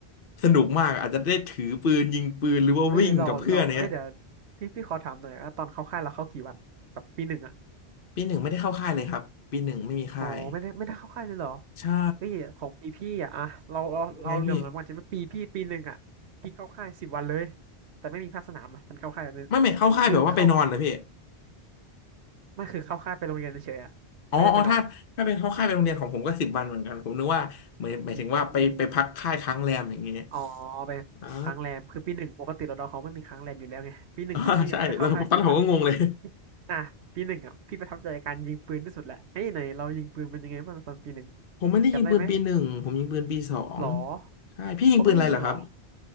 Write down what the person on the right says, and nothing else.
เอ้ยเราเราเอ้ยเดี๋ยวพี่พี่ขอถามหน่อยว่าตอนเข้าค่ายเราเข้ากี่วันแบบปีหนึ่งอะ
อ๋อไม่ได้ไม่ได้เข้าค่ายเลยเหรอ
เฮ้ยของปีพี่อ่ะอะเราเราเราเหลื่อมล้ำกันใช่ไหมปีพี่ปีหนึ่งอ่ะพี่เข้าค่ายสิบวันเลย
แต่ไม่มีภาคสนามนะมันเข้าค่ายนึง
คือเข้าไม่คือเข้าค่ายไปโรงเรียนเฉยๆอ่ะไม่ได้ไปนอน
อืมอ๋อไปค้างแรมคือปีหนึ่งปกติเราดอเขาไม่มีค้างแรมอยู่แล้วไงปีหนึ่งของพี่แบบก็เข้าค่ายสิบวัน
อ่ะปีหนึ่งอ่ะพี่ประทับใจการยิงปืนที่สุดแหละไอ้ยไหนเรายิงปืนเป็นยังไงบ้างตอนปีหนึ่ง
จำได้ไหมหรอ
เขาไม่ให้ยิงหรอ